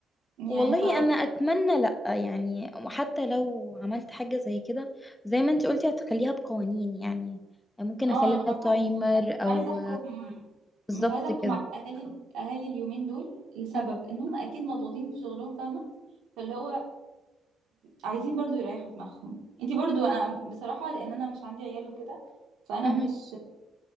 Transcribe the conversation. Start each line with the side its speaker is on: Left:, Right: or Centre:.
Right: يعني
Left: والله
Right: ف
Left: انا اتمنى لا يعني وحتى لو عملت حاجه زي كده زي ما انت قلتي هتخليها بقوانين يعني ممكن
Right: اه
Left: اخلي
Right: انا بح...
Left: لها تايمر او
Right: عايزه احكم
Left: بالظبط
Right: مش عايزه احكم
Left: كده
Right: على اهالي اهالي اليومين دول لسبب
Left: مهم.
Right: ان هم اكيد مضغوطين في شغلهم فاهمه فاللي هو عايزين برضو يريحوا دماغهم انتي برضو انا بصراحة لان انا مش عندي عيال وكده فانا
Left: مهم.
Right: مش